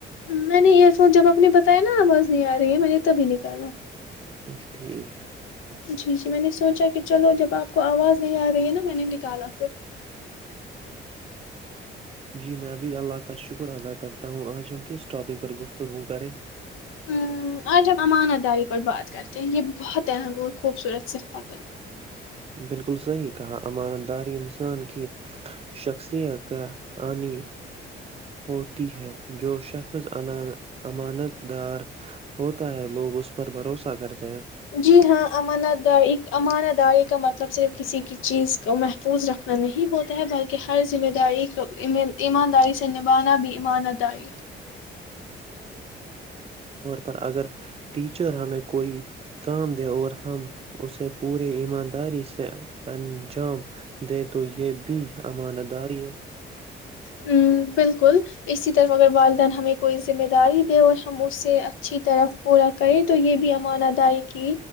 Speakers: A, on the left (about 85°); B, on the right (about 30°).
A: میں نے ایئر فون جب آپ نے بتایا نا آواز نہیں آ رہی ہے میں نے تبھی نکالا
B: ہم ٹھیک <unintelligible>
A: جی جی میں نے س کچ کچ ل جب آ <unintelligible> کو آواز نہیں آ رہی ہے نا میں نے نکالا پھر <unintelligible>
B: جی میں ابھی اللہ کا شکر ادا کرتا ہوں آج ہم کس ٹاپک پر گفتگو کریں
A: ہ آج ہم امان اداری پر بات کرتے ہیں یہ بہت اہم خوبصورت صفت ہے
B: بالکل صحی کہا امانداری انسان کی شخصیت کا آنی ہوتی ہے جو شخص امانت دار ہوتا ہے لوگ اس پر بھروسہ کرتے ہیں
A: جی ہاں امانت د امانہ داری کا مطلب صرف کسی کی چیز کو محفوظ رکھنا نہیں ہوتا ہے بلکہ ہر ذمہ داری کو ایمانداری سے نبھانا بھی ایمانت داری ہے
B: پر اگر ٹیچر ہمیں کوئی کام دے اور ہم اسے پوری ایمانداری سے انجام دے تو یہ بھی امانت داری ہے
A: ہ بالکل اسی طرف اگر والدین ہمیں کوئی ذمہ داری دے اور ہم اسے اچھی طرف پورا کریں تو یہ بھی امان اداری کی